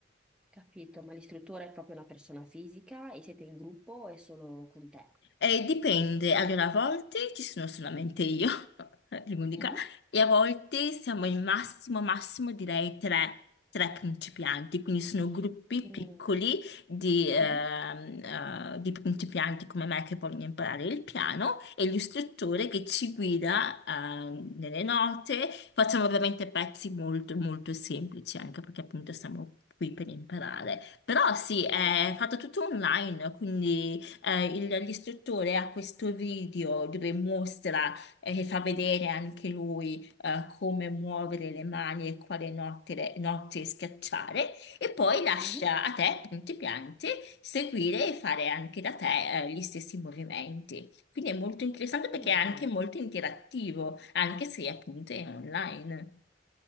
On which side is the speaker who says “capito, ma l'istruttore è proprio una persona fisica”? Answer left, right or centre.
Centre